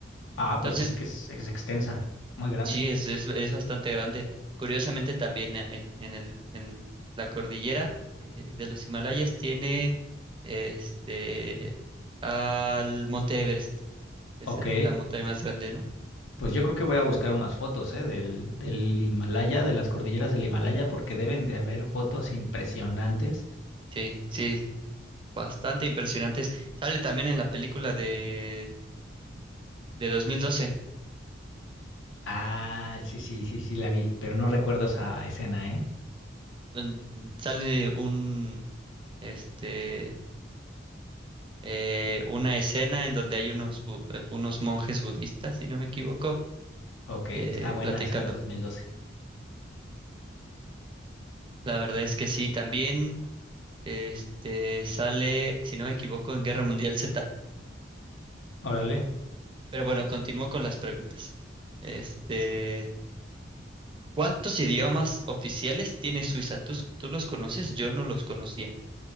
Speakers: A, on the left; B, on the right.
A: Ah, pues
B: Entonces,
A: sí, es que es, es extensa, muy grande.
B: sí, es, es, es bastante grande. Curiosamente también eh, en, en el, en la cordillera eh, de los Himalayas tiene este al Monte Everest, que
A: Ok,
B: es el- la montaña más grande, ¿no?
A: pues yo creo que voy a buscar unas fotos, ¿eh? Del, del Himalaya, de las cordilleras del Himalaya, porque deben de haber fotos impresionantes.
B: Sí, sí, bastante impresionantes. Sale también en la película de, de 2012
A: Ah, sí, sí, sí, sí, la vi, pero no recuerdo esa escena, ¿eh?
B: donde sale un, este, eh, una escena en donde hay unos, bu- eh, unos monjes budistas, si no me equivoco,
A: Ok, está
B: eh,
A: buena
B: platicando.
A: esa de 2012.
B: La verdad es que sí, también este, sale, si no me equivoco, en Guerra Mundial Z.
A: Órale.
B: Pero bueno, continúo con las preguntas. Este, ¿cuántos idiomas oficiales tiene Suiza? ¿Tú, tú los conoces? Yo no los conocía.